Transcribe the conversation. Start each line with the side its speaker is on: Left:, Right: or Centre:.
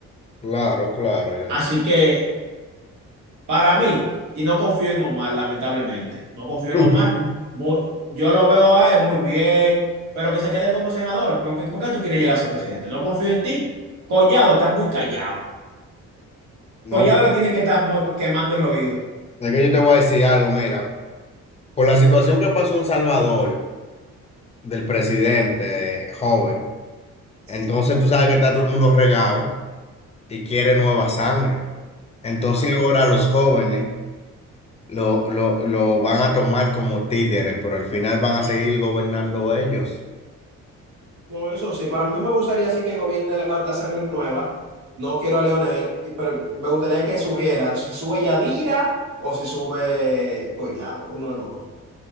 Left: Claro, claro, yo entiendo.
Right: Así que, para mí, y no confío en Omar, lamentablemente, no confío en
Left: <laughs>
Right: Omar. Mu- yo lo veo a él muy bien, pero que se quede como senador. ¿Por qué, por qué tú quieres llegar a ser presidente? No confío en ti. Collado está muy callado.
Left: No,
Right: Collado le tiene que estar mo- quemando el oído.
Left: es que yo te voy a decir algo, mira, por la situación que pasó en Salvador del presidente eh, joven,
Right: Sí,
Left: entonces tú sabes que está todo el mundo regado y quiere nueva sangre. Entonces
Right: claro.
Left: ahora los jóvenes lo, lo, lo van a tomar como títeres, pero al final van a seguir gobernando ellos.
Right: No, eso sí, para mí me gustaría sí que gobierne la, la sangre nueva. No quiero a Leonel, y- pero me gustaría que subiera, si sube Yadira o si sube Collado, uno de los dos.